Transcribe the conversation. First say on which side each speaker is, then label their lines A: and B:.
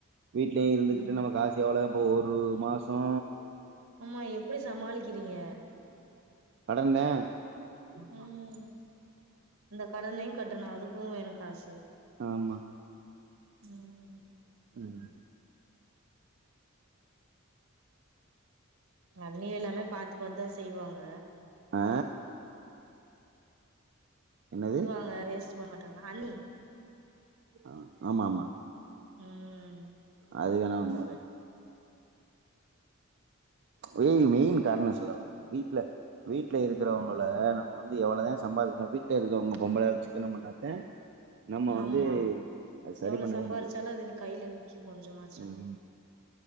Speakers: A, on the right; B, on the right.
A: வீட்லயு இருந்துகிட்டு
B: ம்
A: நம்ம காசு எவளோ இப்போ ஒரு மாஷோ
B: ஆமா எப்டி சமாளிக்கிறீங்க
A: கடன்தே
B: ம் இந்த கடனையு கட்டணு அதுக்கு வேணு காசு
A: ஆமா
B: ம்
A: ம்
B: அண்ணி எல்லாமே பாத்து பாத்தா செய்வாங்க
A: ஆ என்னது
B: அவுங்க வேஸ்ட் பண்ண மாட்டாங்க அண்ணி
A: ஆ ஆமா ஆமா
B: ம்
A: அது வேணா உண்மதே வெய் மெயின் காரணோ சொல்லவா வீட்ல வீட்ல இருக்கறவங்கள நம்ம வந்து எவ்வளோதே சம்பாறிக்கணு வீட்டுல இருக்கவங்க பொம்பளையாலு சிக்கனொ பண்ணாத்தே நம்ம வந்து
B: ஆமா
A: அது சரி
B: எவ்ளோ
A: பண்ணவே
B: சம்பாரிச்சாலு
A: முடியு
B: அது கையில நிக்கு கொஞ்சமாச்சு
A: ம்